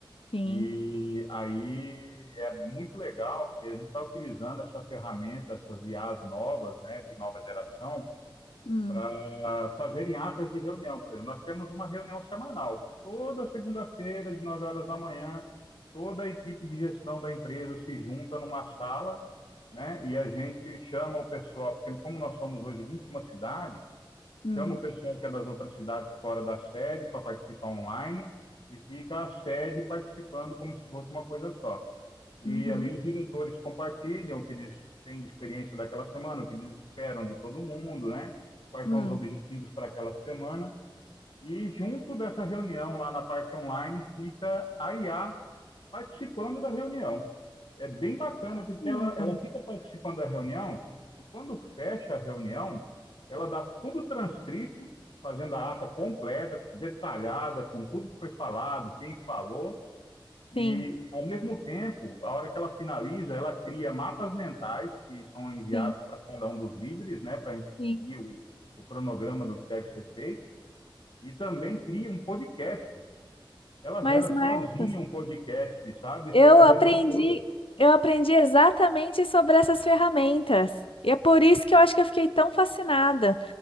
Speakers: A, on the left (about 85°); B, on the left (about 65°).
A: sim.
B: E aí é muito legal que a gente está utilizando essa ferramenta, essas IAs novas, né, de nova geração,
A: Hum,
B: para fazerem atas de reunião. Por exemplo, nós temos uma reunião semanal, toda segunda-feira, de 9 horas da manhã, toda a equipe de gestão da empresa se junta numa sala né? E a gente chama o pessoal, porque como nós somos hoje 21 cidades,
A: hum,
B: chama o pessoal que é das outras cidades fora da sede para participar online e fica a sede participando como se fosse uma coisa só. E
A: uhum,
B: ali os diretores compartilham o que eles têm de experiência daquela semana, o que eles esperam de todo mundo, né? Quais
A: hum.
B: são os objetivos para aquela semana. E junto dessa reunião lá na parte online fica a IA participando da reunião. É bem bacana, porque
A: Ah,
B: ela, ela fica participando da reunião e quando fecha a reunião, ela dá tudo transcrito, fazendo a ata completa, detalhada, com tudo que foi falado, quem falou, e,
A: Sim,
B: ao mesmo tempo, a hora que ela finaliza, ela cria mapas mentais que são enviados
A: sim,
B: para cada um dos líderes, né, para a gente
A: sim.
B: seguir o, o cronograma do que deve ser feito, e também cria um podcast ela
A: Mas,
B: gera
A: Marcos,
B: sozinha um podcast, sabe?
A: eu
B: Sobre a
A: aprendi,
B: reunião toda.
A: eu aprendi exatamente sobre essas ferramentas. E é por isso que eu acho que eu fiquei tão fascinada.